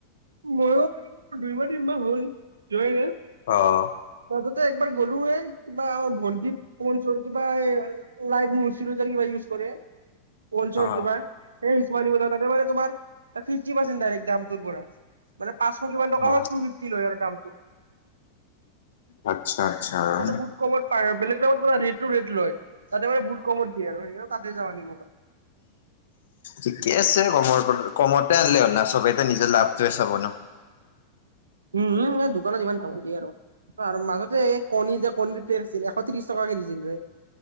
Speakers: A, on the right; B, on the left.
A: ময়ো বাৰু দুইমাহ তিনমাহ হ'ল যোৱই নাই।
B: অ'।
A: মাজতে একবাৰ গ'লোৱে। কিবা আৰু ভন্টি পৌউনচৰ কিবা এই লাইতমোৰ হৈছিলে যে কিবা ইউজ কৰে। পৌঅ'ঞ্চৰ
B: অ
A: কিবা সেই ষ্টৰ্মাট বজাৰ তাতে মানে তোমাৰ ফিফটি পাৰ্চেণ্ট ডাৰেক্ট দামটোৰ পৰা। মানে পাঁশ কিমান টকা
B: অ
A: হল, টু ফিফটিলৈ আৰু দাম।
B: আচ্ছা আচ্ছা
A: মানে বহুত কমত পায়, বেলেগ দামত পৰা ৰেটটো ৰেট লয়। তাতে মানে বহুত কমত দিয়ে আৰু সেইকাৰণে তাতে যাও আনিবৰ।
B: ঠিকে আছে, কমৰ কমতে আনিলে হ'ল না চবেইতে নিজৰ লাভটোৱে চাব ন।
A: উম, উম, এই দুকানত ইমান কামোৰ দিয়ে আৰু। মাজতে এই কণী যে কণীৰ টেৰ আছিলে এশ ত্ৰিশ টকা কে দিছিল হে।